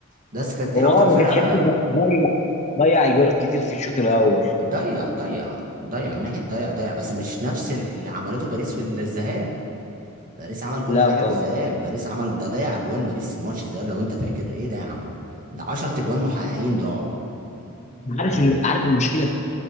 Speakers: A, on the right; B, on the left.
A: بس كانت دي
B: هو
A: اكتر
B: اه ما
A: فرقه
B: كانش راكب بس ضيع ضيع اجوال كتير في الشوط الاول
A: ضيع ضيع ضيع من ناحيه ضيع ضيع بس مش نفس ال- اللي عملته باريس في الذهاب باريس عمل كل
B: لا
A: حاجه
B: طبعا
A: في الذهاب باريس عمل ده ضيع اجوان باريس الماتش الذهاب لو انت فاكر ايه ده يا عم ده 10 اجوان محققين ضاعوا
B: عارف
A: يعني
B: ال- عارف المشكله